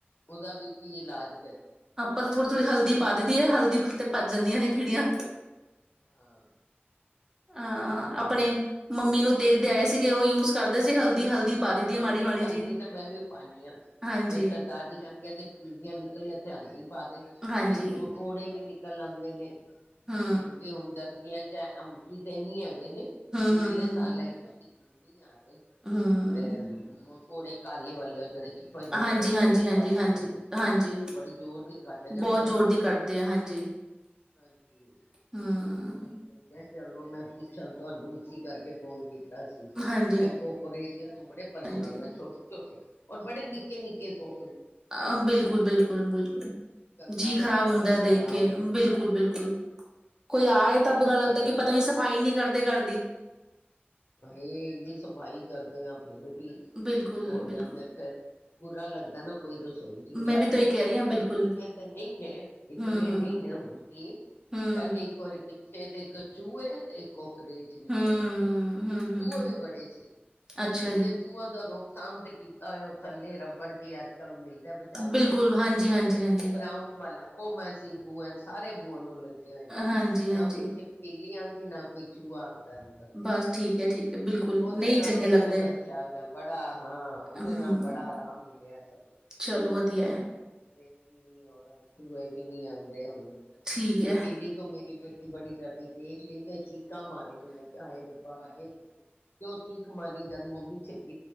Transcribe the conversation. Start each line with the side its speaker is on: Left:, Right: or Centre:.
Left: ਉਹਦਾ ਵੀ ਕੀ ਇਲਾਜ
Right: ਆਪਾਂ ਥੋੜੀ-ਥੋੜੀ ਹਲਦੀ ਪਾ ਦੇਈਂ ਦੀ ਹੈ ਹਲਦੀ ਭੱਜ ਜਾਂਦੀਆਂ ਨੇ ਕਿੜੀਆਂ
Left: ਹਾਂ
Right: ਹਾਂ
Left: ਹਲਦੀ ਨਾਲ
Right: ਆਪਣੇ
Left: ਹੋ ਜਾਂਦਾ
Right: ਮੰਮੀ ਨੂੰ ਦੇਖਦੇ
Left: ਠੀਕ
Right: ਆਏ
Left: ਹੈ
Right: ਸੀਗੇ ਉਹ ਯੂਜ ਕਰਦੇ ਸੀ ਹਲਦੀ ਹਲਦੀ ਪਾ ਦੀ ਦੀ
Left: ਹਾਂ
Right: ਮਾੜੀ
Left: ਨੀ
Right: ਮਾੜੀ
Left: ਹਲਦੀ
Right: ਜੀ
Left: ਤੇ ਮੈਂ ਵੀ ਪਾਣੀ ਆ ਹਾਂ
Right: ਹਾਂਜੀ
Left: ਮੇਰੇ ਸਰਦਾਰ ਜੀ ਕੇਣਗੇ ਐਥੈ ਕੀੜੀਆਂ ਨ <unintelligible> ਪਾ ਦੇ
Right: ਹਾਂਜੀ
Left: ਇੱਕ ਮਕੌੜੇ ਵੀ ਨੀ ਲਾਉਂਦੇ ਨੇ।
Right: ਹੂੰ
Left: ਹੁਣ ਕਿ ਹੁਣ ਗਰਮੀ ਹੈਂ। ਅੱਛਾ ਹੁਣ ਕੀ ਕਹਿਣੀ ਹੈ। ਕਹਿੰਦੇ
Right: ਹੂੰ
Left: ਪਿਛਲੇ
Right: ਹੂੰ ਹੂੰ
Left: ਸਾਲ
Right: ਹੂੰ
Left: ਹੈਗੇ ਸੀ। ਮੰਮੀ ਯਾਰ। ਇੱਕ।
Right: ਹੂੰ
Left: ਤੇ ਹੁਣ। ਘੋੜੇ ਕਾਲੇ ਵਾਲੇ ਉਹ ਜਿਹੜੇ। ਭਜਨ
Right: ਹਾਂਜੀ
Left: ਬੱਚਿਆਂ
Right: ਹਾਂਜੀ
Left: ਨੂੰ
Right: ਹਾਂਜੀ
Left: ਕੱਟ
Right: ਹਾਂਜੀ
Left: ਜਾਂਦੇ ਨੇ
Right: ਹਾਂਜੀ
Left: ਉਹ ਬੜੀ ਜ਼ੋਰ ਦੀ ਘੱਟ ਜਾਂਦੇ
Right: ਬਹੁਤ ਜ਼ੋਰ
Left: ਨੇ
Right: ਦੀ ਕੱਟਦੇ ਆ ਹਾਂਜੀ
Left: ਹਾਂਜੀ
Right: ਹੂੰ
Left: ਉਹੀ ਮੈਂ ਕਿਹਾ ਚੱਲ। ਉਹ ਮੈਂ ਪੁੱਛਾਂ ਤੁਹਾਨੂੰ ਇਸੀ ਕਰਕੇ ਫੋਨ ਕੀਤਾ। ਕੀਤਾ ਸੀ
Right: ਹਾਂਜੀ
Left: ਐ ਕੋਕਰਚ। ਤੋਂ ਬੜੇ ਪਰੇਸ਼ਾਨ
Right: ਹਾਂਜੀ
Left: ਹੈ ਛੋਟੇ। ਛੋਟੇ ਔਰ ਬੜੇ ਨਿੱਕੇ ਨਿੱਕੇ ਕੋ।
Right: ਆ ਬਿਲਕੁਲ ਬਿਲਕੁਲ ਬਿਲਕੁਲ
Left: ਗੰਦਾ
Right: ਜੀਅ
Left: ਲੱਗਦਾ
Right: ਖ਼ਰਾਬ
Left: ਮਨ
Right: ਹੁੰਦਾ ਐ ਦੇਖ
Left: ਖ਼ਰਾਬ
Right: ਕੇ
Left: ਹੋ ਜਾਂਦਾ
Right: ਬਿਲਕੁਲ ਬਿਲਕੁਲ। ਕੋਈ ਆਏ ਤਾਂ ਬੁਰਾ ਲੱਗਦਾ
Left: ਬਿਲਕੁਲ
Right: ਕਿ ਪਤਾ ਨੀ ਸਫ਼ਾਈ ਨਹੀਂ ਕਰਦੇ ਘਰਦੀ।
Left: ਹਾਏ ਇਨੀ ਸਫ਼ਾਈ ਕਰਦੇ ਹਾਂ। ਫਿਰ ਵੀ
Right: ਬਿਲਕੁਲ
Left: ਹੋ
Right: ਬਿਲਕੁਲ
Left: ਜਾਂਦੇ ਫਿਰ। ਬੁਰਾ ਲੱਗਦਾ ਨਾ। ਕੋਈ ਰਸੋਈ ਚ ਵੀ
Right: ਮੈਂ
Left: ਆ
Right: ਤਾਂ
Left: ਜਾਏ
Right: ਇਹੀ ਕਹਿ ਰਹੀ ਹਾਂ ਬਿਲਕੁਲ
Left: ਪਰ ਇਤਨੇ ਤੇ ਨਹੀਂ ਨੇ ਇਤਨੇ
Right: ਹੂੰ ਹੂੰ
Left: ਨਹੀਂ ਨੇ। ਹੁਣ ਕਿ
Right: ਹੂੰ
Left: ਪਹਿਲੇ ਇੱਕ ਵਾਰੀ ਛੇ ਤੇ ਇੱਕ ਚੂਹੇ ਤੇ ਇੱਕ ਉਹ। ਅੰਗਰੇਜ਼ ਨਿੱਕੇ-ਨਿੱਕੇ।
Right: ਹੂੰ, ਹੂੰ, ਹੂੰ,
Left: ਚੂਹੇ
Right: ਹੂੰ,
Left: ਵੀ ਬੜੇ ਸੀ।
Right: ਅੱਛਾ
Left: ਹੁਣ
Right: ਜੀ,
Left: ਤੇ ਚੂਹਾਂ ਦਾ ਰੋਕਥਾਮ ਤੇ ਕੀ ਤਾਇਆ ਥੱਲੇ ਰੱਬੜ ਦੀ ਅੱਜ ਮਿਲਦਾ ਬਜ਼ਾਰੂ
Right: ਬਿਲਕੁਲ ਹਾਂਜੀ,
Left: ਅਹ
Right: ਹਾਂਜੀ, ਹਾਂਜੀ,
Left: ਬਰਾਊਨ ਵਾਲਾ ਉਹ ਮੈਂ ਸੀਬੂ ਐ। ਸਾਰੇ ਬੋਲਣ ਲੱ ਲੱਗੇ ਹੋਏ ਨੇ।
Right: ਹਾਂਜੀ, ਹਾਂਜੀ,
Left: ਨਾ ਕੋਈ ਛਿਪਕਲੀ ਆਉਂਦੀ ਨਾ ਕੋਈ ਚੂਹਾ ਆਉਂਦਾ ਐ ਅੰਦਰ।
Right: ਬਸ ਠੀਕ ਹੈ, ਠੀਕ ਹੈ, ਬਿਲਕੁਲ
Left: ਉਹਦੇ
Right: ਨਹੀਂ
Left: ਨਾਲ
Right: ਚੰਗੇ
Left: ਤੇ ਬਹੁਤ
Right: ਲੱਗਦੇ
Left: ਅੱਛਾ ਹੋ ਗਿਆ। ਬੜਾ ਹਾਂ ਉਹਦੇ
Right: ਹੂੰ,
Left: ਨਾਲ ਬੜਾ ਆਰਾਮ ਮਿਲਿਆ ਸਾਨੂੰ।
Right: ਚਲੋ ਵਧੀਆ ਹੈ,
Left: ਉਹ ਕੋਕਰਚ ਵੀ ਨਹੀਂ ਔਰ ਚੂਹੇ ਵੀ ਨੀ ਆਂਦੇ। ਦੇ ਉਹਨੂੰ
Right: ਠੀਕ
Left: ਛਿਪਕਲੀ
Right: ਹੈ।
Left: ਤੋਂ ਮੇਰੀ ਬੇਟੀ ਬੜੀ ਡਰਦੀ ਦੇਖ ਲਈ ਤੇ ਚੀਕ ਚੀਕਾਂ ਮਾਰੇਗੀ। ਮੈਂ ਕਿਹਾ ਆਏ ਰੱਬਾ ਆਏ ਕਿਉਂ ਚੀਕ ਮਾਰੀ। ਜਦ ਮੂਵੀ ਚ